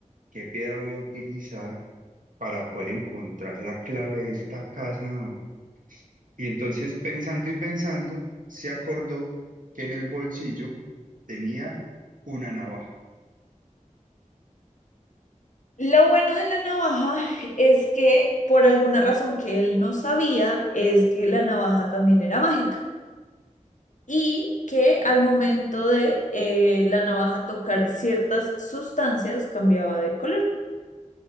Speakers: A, on the right (about 85°); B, on the left (about 70°).
A: qué piedra voy a utilizar para poder encontrar la clave de esta casa? Y entonces pensando y pensando, se acordó que en el bolsillo tenía una navaja.
B: Lo bueno de la navaja es que por alguna razón que él no sabía es que la navaja también era mágica y que al momento de eh, la navaja tocar ciertas sustancias cambiaba de color.